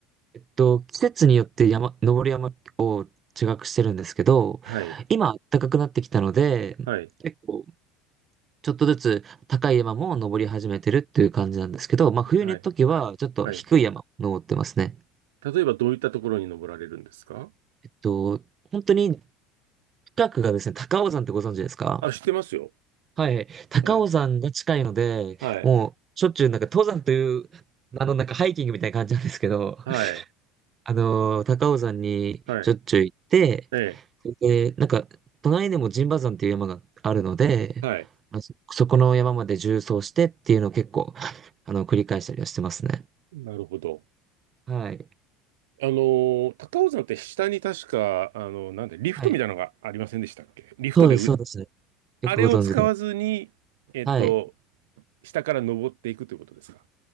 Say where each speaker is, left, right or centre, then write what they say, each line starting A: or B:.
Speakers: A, on the right (about 35°); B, on the right (about 85°).
A: えっと、季節によって山、登る山を違くしてるんですけど、
B: はい、
A: 今暖かくなってきたので、
B: はい、
A: 結構ちょっとずつ高い山も登り始めてるっていう感じなんですけど、まあ冬の時はちょっと低い山を登ってますね。
B: はい、はい。例えばどういったところに登られるんですか
A: えっと、本当に近くがですね、高尾山ってご存知ですか
B: あ、知ってますよ。
A: はい。高尾山が近いので、
B: はい、はい、
A: もうしょっちゅうなんか登山という、あのなんかハイキングみたいな感じなんですけど、
B: はい、
A: あのー、高尾山にしょっちゅう行って、
B: はい、え
A: で、なんか、隣にも陣馬山っていう山があるので、
B: え、はい。
A: まあそ、そこの山まで縦走してっていうのを結構、<laughs> あの、繰り返したりはしてますね。
B: なるほど。
A: はい。
B: あの、高尾山って下に確か、あの、なんで、リフトみたいなのがありませんでしたっけリフトでう、
A: はい。そうです、そうです。よくご存知で。
B: あれを使わずに、えっと、
A: はい。
B: 下から登っていくということですか